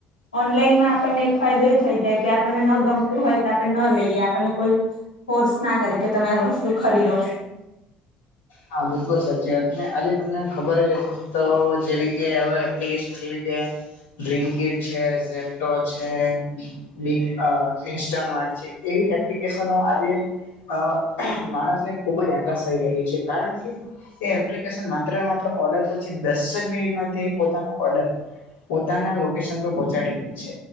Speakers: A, on the left; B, on the left.
A: ઓનલાઈનમાં આપણને એક ફાયદો એ થઈ જાય કે આપણને ન ગમતું હોય તો આપણે ન લઈએ આપણને કોઈ કોર્સ ના કરે કે તમે આ વસ્તુ ખરીદો.
B: હા બિલકુલ સાચી વાત ને આજે તમને ખબર જ હશે તો જેવી કે હવે એપ્લિકેશન જેવી કે બ્રિન્કીટ છે, ઝેપ્ટો છે, મિક અ ઇન્સ્ટામાર્ટ છે એવી એપ્લિકેશનો આજે અ માણસને ખુબ જ આકર્ષાઈ રહી છે કારણ કે એ એપ્લિકેશન માત્ર ને માત્ર ઓર્ડર પછી દસ જ મિનિટમાં તે પોતાનો ઓર્ડર પોતાના લોકેશન પર પહોંચાડી દે છે.